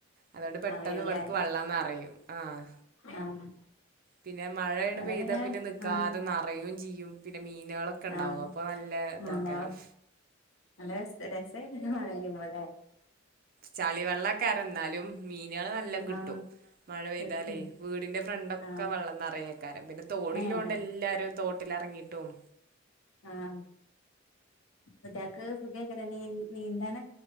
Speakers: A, on the right; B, on the left.
A: അതോണ്ട് പെട്ടെന്ന്
B: ആഹ് വരുല്ലേ
A: വിട്ക്ക് വെള്ളം നറയും. ആഹ്.
B: ആഹ്
A: പിന്നെ, മഴയാണ്ട്
B: ഇവിടെ
A: പെയ്താ പിന്നെ നിക്കാതെ
B: ആഹ്
A: നറയും ചെയ്യും. പിന്നെ മീനുകളൊക്കെണ്ടാവും.
B: ആഹ്
A: അപ്പൊ നല്ല
B: പിന്നെ
A: താക്കാരം.
B: <unintelligible> കയ്യും ഇങ്ങള് ല്ലെ
A: ചളിവെള്ളക്കേരം ന്നാലും മീനുകള് നല്ലോം കിട്ടും.
B: ആഹ്
A: മഴ പെയ്താലേ
B: കിട്ടും
A: വീടിന്റെ ഫ്രണ്ടൊക്ക
B: ആഹ്
A: വള്ളംനെറയേകാരം പിന്നെ തോടില്ലോണ്ട്
B: ഏഹ്
A: എല്ലാരും തോ ട്ടിലിറങ്ങിട്ടും
B: ആഹ് കുട്ട്യോക്ക് സുഖായ്കാര നീ നീന്താന്